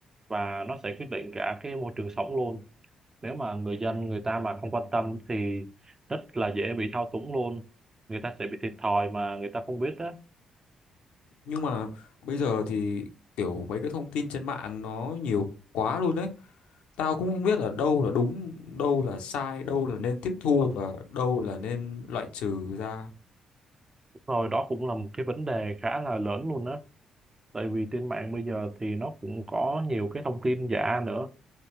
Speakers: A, on the right; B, on the left.
A: và nó sẽ quyết định cả cái môi trường sống luôn nếu mà người dân người ta mà không quan tâm thì rất là dễ bị thao túng luôn người ta sẽ bị thiệt thòi mà người ta không biết á
B: Nhưng mà bây giờ thì kiểu mấy cái thông tin trên mạng nó nhiều quá luôn đấy. Tao cũng không biết là đâu là đúng, đâu là sai, đâu là nên tiếp thu và đâu là nên loại trừ ra.
A: rồi đó cũng là một cái vấn đề khá là lớn luôn á tại vì trên mạng bây giờ thì nó cũng có nhiều cái thông tin giả nữa